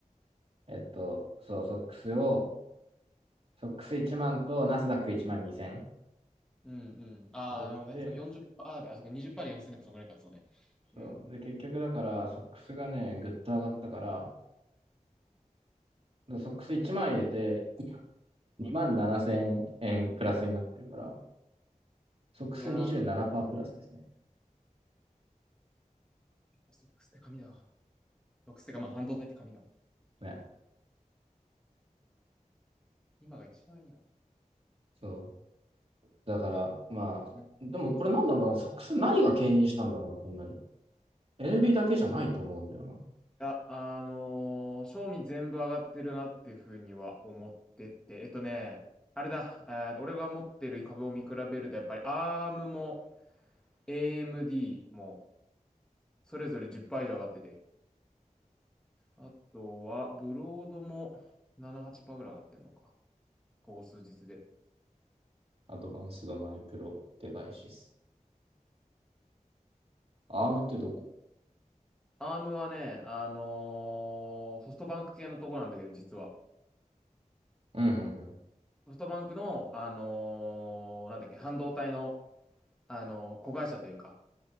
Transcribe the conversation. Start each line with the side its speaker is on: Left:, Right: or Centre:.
Right: えっと、そう、ソックスを、ソックス1万とナスダック1万2千
Centre: うん、うん。ああ、
Right: 入れてて、
Centre: なるほどね。そう40%で、あ、そっか、20%で4000とか、そんぐらいか、そうね。うん。
Right: そう。で、結局だから、ソックスがね、ぐっと上がったから、でソックス1万入れて、2万7千円プラスになってるから、ソックス27%
Centre: いやー、
Right: プラスですね。
Centre: ソックスって紙だわ。ソックスってか、まあ、半導体って紙だわ。
Right: ね。
Centre: 今が一番いいよ。
Right: そう。だから、まあ、
Centre: ん
Right: でもこれ何なんだろうな、ソックス何が牽引したんだろうな、こんなに。NB だけじゃないと思うんだよな。
Centre: や、あのー賞味全部上がってるなっていうふうには思ってて、えっとね、あれだ、えー俺が持ってる株を見比べると、やっぱり ARM も AMD もそれぞれ10%以上上がってて、あとはブロードも7、8%ぐらい上がってるのか、ここ数日で。
Right: アドバンスドマイクロデバイシス。
Centre: あと
Right: アームってどこ
Centre: ARM はね、あのーソフトバンク系のところなんだけど、実は。
Right: うんうんうん。
Centre: ソフトバンクの、あのーなんだっけ、半導体の、あのー子会社というか、